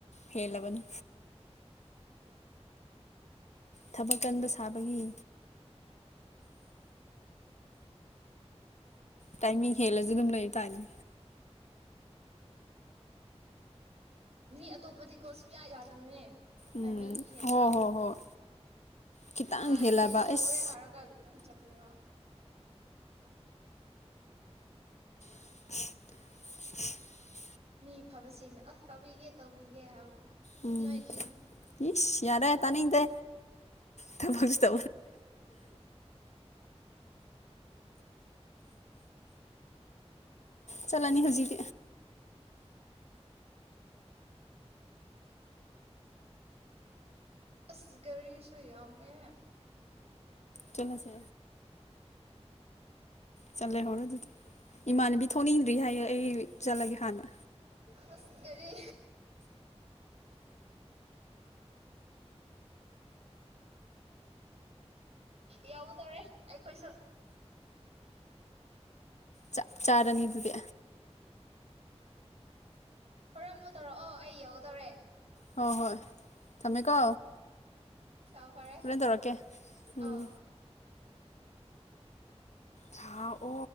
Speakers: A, on the left (about 85°); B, on the right (about 65°).
A: ꯍꯦꯜꯂꯕꯅꯤ ꯊꯕꯛ ꯀꯟꯕ ꯁꯥꯕꯒꯤ ꯇꯥꯏꯃꯤꯡ ꯍꯦꯜꯂꯁꯨ ꯑꯗꯨꯝ ꯂꯩ ꯇꯥꯔꯅꯤ
B: ꯃꯤ ꯑꯇꯣꯞꯄꯗꯤꯀꯣ ꯁꯨꯌꯥ ꯌꯥꯗꯕꯅꯦ
A: ꯎꯝ
B: ꯇꯥꯏꯃꯤꯡ ꯍꯦꯟꯕꯗꯣ
A: ꯍꯣꯏ ꯍꯣꯏ ꯍꯣꯏ ꯈꯤꯇꯪ
B: ꯑꯩ
A: ꯍꯦꯜꯂꯕ
B: ꯌꯧꯔꯦ
A: ꯑꯩꯁ
B: ꯍꯥꯏꯔꯒ ꯑꯗꯨꯝ <unintelligible>
A: <unintelligible>
B: ꯃꯤ ꯐꯕꯁꯤꯡꯅ ꯑ ꯇꯧꯕꯤꯒꯦ ꯇꯧꯕꯤꯒꯦ ꯍꯥꯏꯕꯀꯣ
A: ꯎꯝ
B: ꯅꯣꯏꯒꯨꯝꯅ
A: ꯏꯤꯁ ꯌꯥꯔꯦ ꯇꯅꯤꯗ ꯇꯥꯕꯇ ꯆꯂꯅꯤ ꯍꯧꯖꯤꯛ
B: ꯑꯁ ꯒꯥꯔꯤꯁꯨ ꯌꯥꯝꯃꯦ
A: ꯆꯠꯂꯁꯦ ꯆꯠꯂꯦ ꯍꯔꯣ ꯑꯗꯨꯗꯤ ꯏꯃꯥꯟꯅꯕꯤ ꯊꯣꯛꯅꯤꯡꯗ꯭ꯔꯤ ꯍꯥꯏꯌꯦ ꯑꯩ ꯆꯠꯂꯒꯦ ꯍꯥꯟꯅ
B: ꯑꯁ ꯒꯔꯤ ꯌꯥꯎꯗꯔꯦ ꯑꯩꯈꯣꯏꯁꯨ
A: ꯆꯥꯛ ꯆꯥꯔꯥꯅꯤ ꯑꯗꯨꯗꯤ
B: ꯍꯣꯔꯦꯟ ꯑꯃꯨꯛ ꯇꯧꯔꯛꯑꯣ ꯑꯩ ꯌꯧꯇꯧꯔꯦ
A: ꯍꯣꯏ ꯍꯣꯏ ꯊꯝꯃꯦꯀꯣ
B: ꯌꯥꯝ ꯐꯔꯦ
A: ꯀꯔꯅ ꯇꯧꯔꯛꯀꯦ ꯎꯝ
B: ꯑꯥꯎ
A: ꯊꯑꯣ